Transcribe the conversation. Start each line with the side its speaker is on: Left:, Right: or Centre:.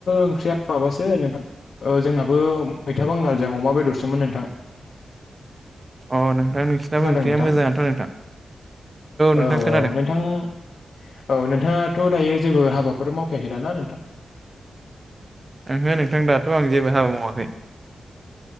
Left: ओंख्रिया माबासो नोंथां जोंनाबो मैथा बांगालजों अमा बेदर सोमोन नोंथां।
Right: अ नोंथां नोंसिनाबो
Left: खोनादों
Right: ओंख्रिया
Left: नोंथां
Right: मोजांङानोथ' नोंथां। नोंथां
Left: औ
Right: खोनादों
Left: औ नोंथां औ नोंथाङा थ' दायो जेबो हाबाफोर मावखायाखै द ना नोंथां
Right: ओहो नोंथां दाथ' आं जेबो हाबा मावाखै